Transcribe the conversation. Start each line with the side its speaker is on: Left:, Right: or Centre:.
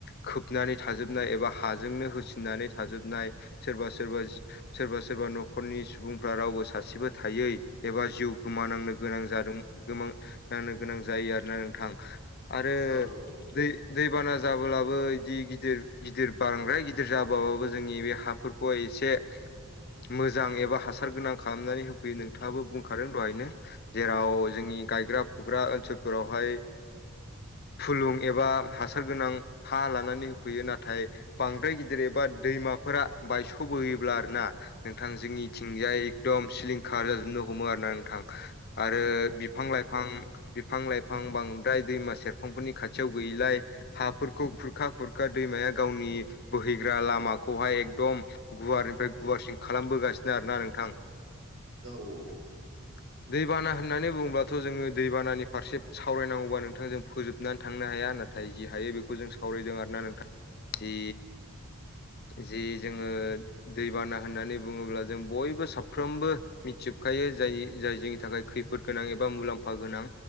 Left: खोबनानै थाजोबनाय एबा हाजोंनो होसिननानै थाजोबनाय सोरबा सोरबा सोरबा सोरबा न'खरनि सुबुंफ्रा रावबो सासेबो थायै एबा जिउ गोमानांनो गोनां जादों गोमांनांनो गोनां जायो आरोना नोंथां। आरो
Right: औ
Left: दै दैबाना जाब्लाबो बिदि गिदिर गिदिर बांद्राय गिदिर जाबाबाबो जोंनि बे हा फोरखौ एसे मोजां एबा हासार गोनां खालामनानै होफैयो नोंथाङाबो बुंखादों दहायनो। जेराव जोंनि गायग्रा फुग्रा ओनसोलफोरावहाय फुलुं एबा हासार गोनां हा लानानै होफैयो नाथाय बांद्राय गिदिर एबा दैमाफोरा बायस'बोयोब्ला आरोना नोंथां जोंनिथिंजाय एकदम सिलिंखार जाजोबनो हमो आरोना नोंथां आरो बिफां लाइफां फां बिफां लाइफां बांद्राय दैमा सेरफांफोरनि खाथियाव गैयैलाय हाफोरखौ खुरखा खुरखा दैमाया गावनि बोहैग्रा लामाखौहाय दम गुवारनिफ्राय गुवारसिन खालामबोगासिनो आरोना नोंथां।
Right: औ औ।
Left: <inaudible> दैबाना होननानै बुङोबथ' जोङो दैबानानि फारसे सावरायनांगौबा नोंथां जों फोजोबनानै थांनो हाया होनना थाय जि हायो बेखौ जों सावरायदों आरोना नोंथां जि जि जोङो दैबाना होननानै बुङोब्ला जों बयबो साफ्रोमबो मिथिबखायो जाय जाय जोंनि थाखाय खैफोद गोनां एबा मुलाम्फा गोनां।